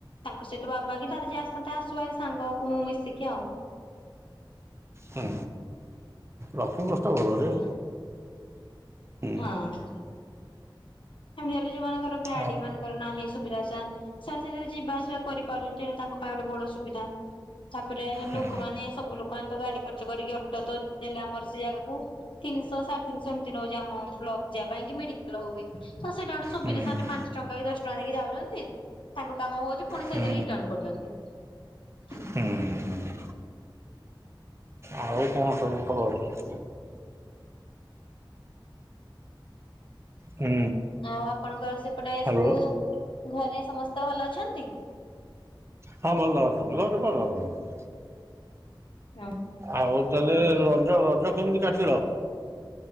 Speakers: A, on the left (about 75°); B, on the right (about 30°).
A: ତାଙ୍କ ସହିତ ବାବା କି ତାର ଯିଏ ଆସିନ୍ତି ଆସୁ ବାରି ସାଙ୍ଗକୁ ମୁଁ ମିଶିକି ଆଉ।
B: ହୁଁ, ରଖୁ ବସ୍‌ ଟା ଭଲ ଯେ।
A: ହଁ
B: ହୁଁ
A: ହଁ। ସେମିତି ହେଲେ ଯୋଉମାନଙ୍କର ଗାଡ଼ି
B: ଆଉ
A: ମାନ ଅଳେ ନାହିଁ ସୁବିଧା ସା ସେମାନେ ସେଇଥିରେ ଯିବାଆସିବା କରିପାରୁଛନ୍ତି ଏଇଟା ତାଙ୍କ ପାଇଁ ଗୋଟେ ବଡ଼ ସୁବିଧା। ତାପରେ
B: ହୁଁ
A: ଲୋକମାନେ ସବୁ ଲୋକମାନେ ତ ଗାଡି ଖର୍ଚ୍ଚ କରିକି ଅଟୋ ତ ଦେଲେ ଆମର ସେ ଜାଗାକୁ। ତିନଶ ସାଡ଼େ ତିନିଶ ଏମତି ନଉଚି ଆମ ବ୍ଲକ୍ ଯିବା ପାଇଁ କି ମେଡି଼କାଲ୍ ହଉ ବି। ତ ସେଇଟା ଗୋଟେ ସୁବିଧା
B: ହୁଁ
A: ସେମାନେ ପାଞ୍ଚଟଙ୍କା କି ଦଶଟଙ୍କା ଦେଇକି ଯାଉଚନ୍ତି ତାଙ୍କ କାମ ହୋଉଚି। ପୁଣି
B: ହୁଁ
A: ସେଇଥିରେ ରିଟର୍ନ କରୁଚନ୍ତି।
B: ହୁଁ ହୁଁ। ଆଉ କଣ ସବୁ ଖବର? ହୁଁ।
A: ଆଉ ଆପଣଙ୍କର ସେପଟେ
B: ହ୍ୟାଲୋ
A: ସବୁ ଘରେ ସମସ୍ତେ ଭଲ ଅଛନ୍ତି?
B: ହଁ ଭଲ ଅଛନ୍ତି ଭଲ ଭଲ ଅଛନ୍ତି।
A: ଉଁ
B: ଆଉ ତାଲେ ରଜ ରଜ କେମିତି କାଟିଲ?